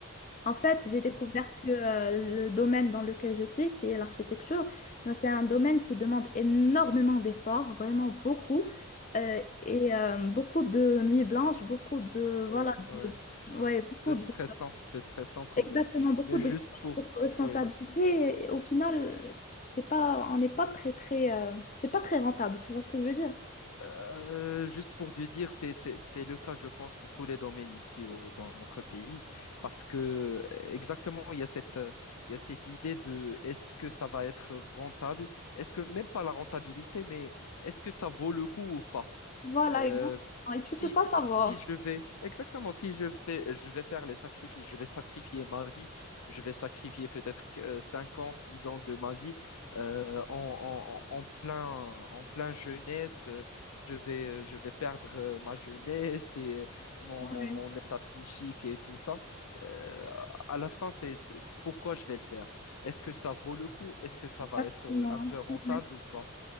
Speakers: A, on the left (about 35°); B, on the left (about 80°).
A: En fait, j'ai découvert
B: D'accord.
A: que euh, le domaine dans lequel je suis, qui est l'architecture, ben, c'est un domaine qui demande énormément d'efforts, vraiment beaucoup, euh, et euh, beaucoup de nuits blanches, beaucoup de,
B: ouais,
A: voilà,
B: ouais.
A: de-
B: oui.
A: ouais, beaucoup
B: C'est
A: de,
B: stressant, c'est stressant quand
A: exactement,
B: même.
A: beaucoup
B: Mais
A: de
B: juste
A: stress,
B: pour,
A: beaucoup de responsabilités.
B: ouais.
A: Et au final, c'est pas, on n'est pas très, très, euh, c'est pas très rentable, tu vois ce que je veux dire?
B: Euh, juste pour te dire, c'est, c'est, c'est le cas, je pense, pour tous les domaines ici au, dans notre pays. Parce que, euh, exactement, il y a cette, euh, il y a cette idée de est-ce que ça va être rentable? Est-ce que, même pas la rentabilité, mais est-ce que ça vaut le coup ou pas?
A: Voilà,
B: Euh,
A: exactement. Et tu
B: si,
A: peux pas
B: si,
A: savoir.
B: si je vais, exactement, si je fais, je vais faire les sacrifices, je vais sacrifier ma vie, je vais sacrifier peut-être cinq ans, 6 ans de ma vie euh, en, en, en en plein, en plein jeunesse. euh, Je vais, euh, je vais perdre euh, ma jeunesse et euh, mon,
A: Ouais,
B: mon, mon état psychique et tout ça. Euh, à la fin, c'est c'est- c'est pourquoi je vais le faire. Est-ce que ça vaut le coup? Est-ce que ça
A: exactement.
B: va être euh, un peu rentable
A: Ouais.
B: ou pas?